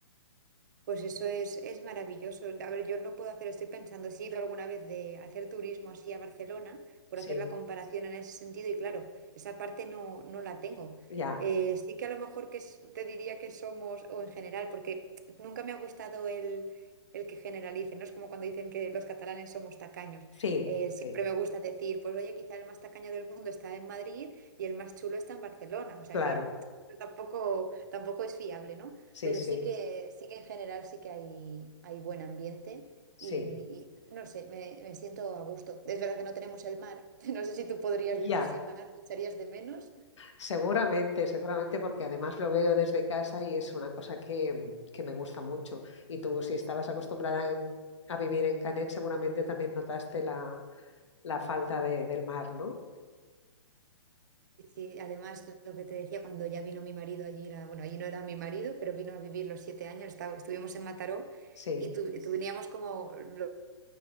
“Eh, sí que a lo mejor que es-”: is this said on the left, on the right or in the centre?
Right